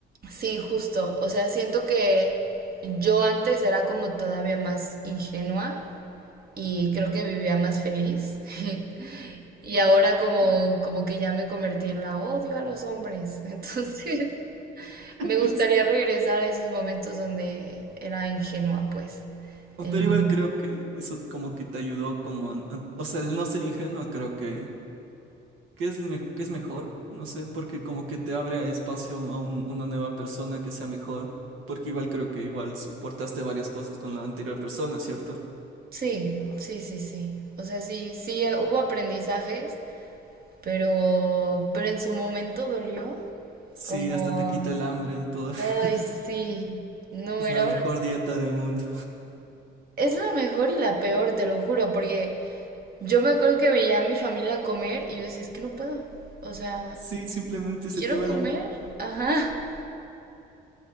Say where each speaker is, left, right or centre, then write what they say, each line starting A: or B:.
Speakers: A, on the right; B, on the right.
A: Sí, justo. O sea, siento que yo antes era como todavía más ingenua y creo que vivía más feliz. <laughs> Y ahora como, como que ya me convertí en la odio a los hombres. <laughs> Entonces,
B: <laughs>
A: me gustaría regresar a esos momentos donde era ingenua, pues. En-
B: Pero igual creo que eso como que te ayudó como, o sea, el no ser ingenuo creo que ¿Qué es, me- qué es mejor? No sé, porque como que te abre a espacio a un- una nueva persona que sea mejor, porque igual creo que igual soportaste varias cosas con la anterior persona, ¿cierto?
A: Sí, sí, sí, sí. O sea, sí, sí, eh, hubo aprendizajes, pero, pero en su momento dolió.
B: Sí,
A: Como,
B: hasta te quita el hambre y todo. <laughs>
A: ay, sí. No,
B: Es
A: era
B: la mejor
A: una...
B: dieta del mundo.
A: Es la mejor y la peor, te lo juro, porque yo me acuerdo que veía a mi familia comer y yo decía, es que no puedo. O sea,
B: Sí, simplemente se
A: quiero
B: te va
A: comer,
B: el hambre.
A: ajá,